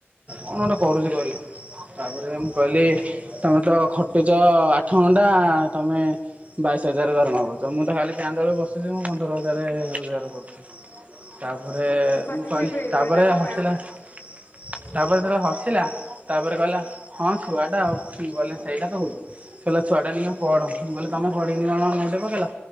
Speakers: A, on the right; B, on the left.
A: କଣ ଗୋଟେ କରୁଛି କହିଲ ତାପରେ ମୁଁ ମୁଁ କହିଲି ତମେ ତ ଖଟୁଚ ଆଠ ଘଣ୍ଟା ତମେ ବାଇଶ ହଜାର ଦରମା କରୁଛ ମୁଁ ତ ଖାଲି ଫ୍ୟାନ୍ ତଳେ ବସୁଛି ମୁଁ ପନ୍ଦର ହଜାର ରୋଜଗାର କରୁଛି। ତାପରେ
B: ପାଟି
A: ମୁଁ କହିଲି
B: ଚୁପ୍ ହେଇଯାଇଥିବ
A: ତାପରେ
B: ନା କଣ
A: ହସିଲା।
B: କହିଲା
A: ତାପରେ ଯେତେବେଳେ ହସିଲା ତାପରେ କହିଲା ହଁ ଛୁଆ ଟା ଆଉ କଲେ ସେଇଟା ତ ହଉ। ସେ କହିଲା ଛୁଆଟା ଏଇନିକା ପଢ। ମୁଁ କହିଲି ତମେ ପଢିକିନି କଣ ନଉଟେଇ ପକେଇଲ